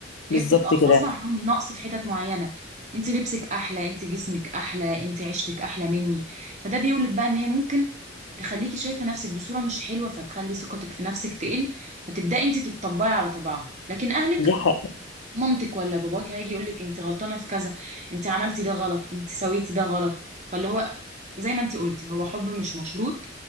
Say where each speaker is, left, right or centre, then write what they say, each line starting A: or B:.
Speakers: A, on the left; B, on the right.
A: بالظبط
B: هي بتبقى
A: كده
B: غصب عنهم نقص في حتت معينه انت لبسك احلى انت جسمك احلى انت عيشتك احلى مني فده بيولد بقى ان هي ممكن تخليكي شايفة نفسك بصورة مش حلوة فتخلي ثقتك في نفسك تقل فتبدأي انت تتطبعي على طبعها لكن اهلك
A: دي حقيقة
B: مامتك ولا باباك هيجي يقولك انت غلطانة في كذا انت عملتي ده غلط انت سويتي ده غلط فاللي هو زي ما انت قلتي هو حب مش مشروط